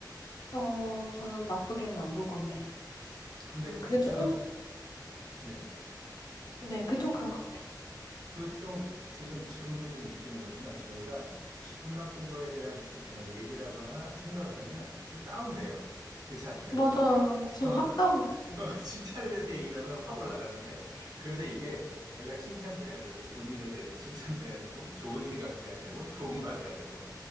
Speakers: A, on the left; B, on the right.
A: 어, 저는 나쁘게는 안 볼 건데.
B: 근데
A: 어, 그게
B: 이상한,
A: 좀
B: 네.
A: 네, 그게 좀 그런 것 같아요.
B: 그 좀, 지금, 지금도 좀 느끼는 거지만 저희가 기분 나쁜 거에 대한 스- 어, 얘기를 하거나 생각을 하면 좀 다운돼요. 그렇지 않으세요?
A: 맞아요. 지금
B: 어, 어,
A: 확 다운됐어요.
B: <laughs> 칭찬에 대해서 얘기를 하면 확 올라가는데, 그래서 이게 저희가 칭찬도 해야 되고, 본인에 대해서 칭찬도 해야 되고, 좋은 생각해야 되고, 좋은 말 해야 되고.